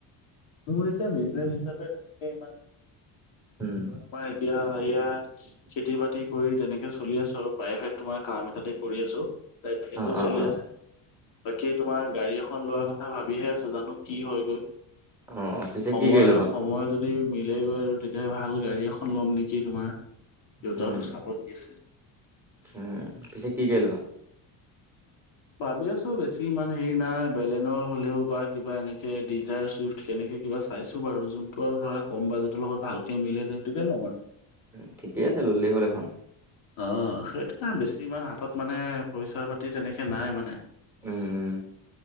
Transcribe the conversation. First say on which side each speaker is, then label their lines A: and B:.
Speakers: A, on the left; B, in the centre.
A: মোৰ এতিয়া বিজনেচ হিচাপে তেনেকে ইমান
B: উম।
A: তোমাৰ এতিয়া এয়া খেতি বাতি কৰি তেনেকে চলি আছো আৰু প্ৰাইভেট তোমাৰ কাম। তাতে কৰি আছো, তাৰ সেইটোও
B: অ অ
A: চলি
B: অ
A: আছে। বাকী তোমাৰ গাড়ী এখন লোৱা কথা ভাবিহে আছো জানো কি হয় গৈ?
B: অ পিছে
A: সময়
B: কি গাড়ী ল'বা?
A: সময় যদি যদি মিলে গৈ আৰু তেতিয়া ভাল গাড়ী এখন ল'ম নেকি তোমাৰ দেউতাতো
B: উম
A: চাব দি আছে।
B: উম পিছে কি গাড়ী লবা?
A: ভাবি আছো বেছি ইমান হেৰি নাই বেলেনৰ হলেও বা কিবা এনেকে ডিজায়াৰ চুইফ্ট কেনেকে কিবা চাইছো বাৰু যোনটো আৰু ধৰা কম বাজেটৰ লগত ভালকে মিলে সেইটোকে ল'ম আৰু।
B: উ ঠিকেই আছে ললেই হ'ল এখন।
A: অ সেইটো বেছি ইমান হাতত মানে পইচা পাতি তেনেকে নাই মানে।
B: উম